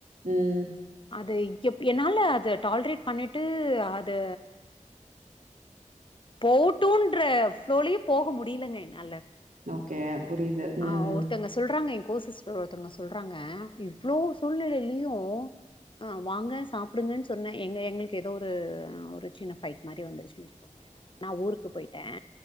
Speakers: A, on the right; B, on the left.
A: ம்
B: அது எப் என்னால அது டால்ரேட் பண்ணிட்டு அது போட்டுன்ற ஃப்ளோலயே போக முடிலங்க என்னால
A: ஓகே புரியுது. ம்.
B: ஆ ஒருத்தவங்க சொல்றாங்க எ கோ சிஸ்டர் ஒருத் த்தங்க சொல்றாங்க இவ்ளோ சூழ்நெலையிலயு அ வாங்க சாப்புடுங்கன் சொன்ன எங்க எங்களுக்கு எதோ ஒரு ஒரு சின்ன பைட் மாரி வந்துருச்சுன் வெச்சுக்கோங்களே ஏனா நா ஊருக்கு போயிட்ட